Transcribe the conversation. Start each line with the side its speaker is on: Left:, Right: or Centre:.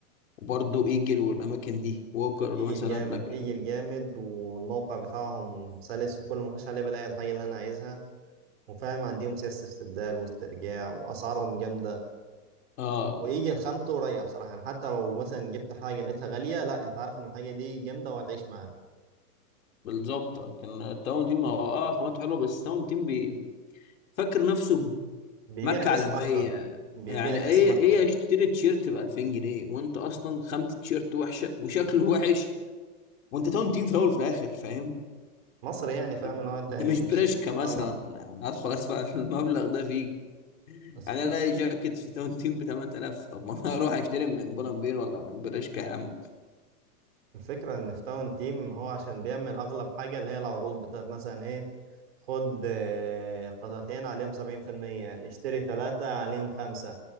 Left: وبرضه ايجل والاماكن دي ووكر
Right: ايه
Left: مثلا
Right: الجامد
Left: لكن
Right: ايه الجامد والموقع بتاعهم سلس وكل ما اخش عليه بلاقي الحاجه اللي انا عايزها وفاهم عندهم سياسة استبدال واسترجاع وأسعارهم جامدة
Left: اه
Right: ويجي الخامته رايقة بصراحة يعني حتى لو مثلا جبت حاجة لقيتها غالية لا أنت عارف إن الحاجة دي جامدة وهتعيش معاها
Left: بالظبط لكن التاون تيم هو اه خامته حلوه بس التاون تيم بي فاكر نفسه
Right: بيبيع
Left: ماركة عالمية
Right: اسم أكتر بيبيع
Left: يعني ايه
Right: اسم أكتر
Left: ايه اشتري تيشيرت ب 2000 جنيه وانت اصلا خامة التيشيرت وحشة وشكله وحش وانت تاون تيم في الاول وفي الاخر فاهم
Right: مصر يعني فاهم
Left: انت
Right: لو أنت
Left: أنت
Right: يعني
Left: مش
Right: مش
Left: بريشكا مثلا
Right: آه
Left: هدخل ادفع <laughs> المبلغ ده فيك
Right: بس
Left: يعني
Right: الفكرة
Left: الاقي جاكيت في تاون تيم ب 8000 طب ما انا اروح اشتري من بولمبير ولا من بريشكا يا عم
Right: الفكرة إن في تاون تيم هو عشان بيعمل أغلب حاجة اللي هي العروض بتاعت مثلا إيه خد آه، قطعتين عليهم سبعين في المية اشتري تلاتة عليهم خمسة